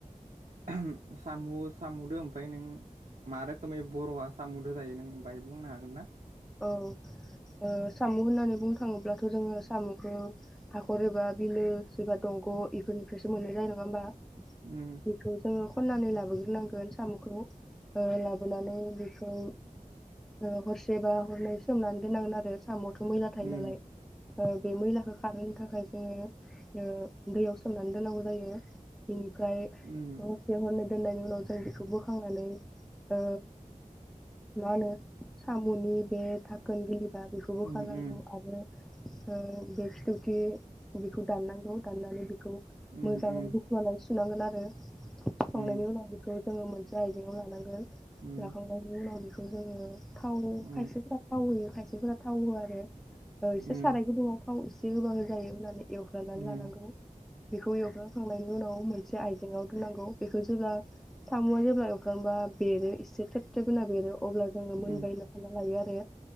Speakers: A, on the right (about 60°); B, in the centre.
A: एहोम, सामु' सामु'दो ओमफाय नों मा रोखोमै बर'आ सामुदो जायो नों बाहाय बुंनो हागोन ना?
B: औ ओ सामु' होननानै बुंनो थाङोब्लाथ' जोङो सामु'खौ हाखर एबा बिलो एबा दं ग' इफोरनि फ्रायसो मोननाय जायो नङा होमबा
A: उम
B: बेखौ जोङो खननानै लाबोग्रोनांगोन सामु'खौ ओ लाबोनानै बिखौ ओ हरसे बा हरनै सोमनानै दोननांगोन आरो साम'वथ' मैला थायो
A: उम
B: नालाय। ओ बे मैलाखो खारहोनो थाखाय जोङो ओ दैयाव सोमनानै दोननागौ जायो बिनि फ्राय
A: उम
B: हरसे हरनै दोननायनि उनाव जों बेखौ बोखांनानै ओ मा होनो सामु'नि बे थाखोन बिलिबा बेखौबो
A: उम
B: खालागौ
A: उम
B: आरो ओ बे खिथौथि बिखौ दाननांगौ दाननानै बिखौ
A: उम
B: मोजाङै हुख्ननाय सुनांगोन आरो सुखां
A: उम
B: नायनि उनाव बिखौ जोङो मोनसे आयजें आव लानांगोन
A: उम
B: लाखांनायनि उनाव बेखौ जोङो थाव
A: उम
B: खायसेफोरा थाव होयो खायसेफोरा थाव होआ आरो ओ एसे
A: उम
B: साराय गुदुंङाव थाव एसे होबानो जायो होनानै एवग्रोनानै
A: उम
B: लानांगौ। बेखौ एवखां खांनायनि उनाव मोनसे आइजें आव दोननांगौ। बेखो जेब्ला सामु'आ जेब्ला एवखांबा अब्ला बेरो इसेेे थेब थेब होना बेरो अब्ला जोंङो मोनबा
A: उम
B: सानना लायो आरो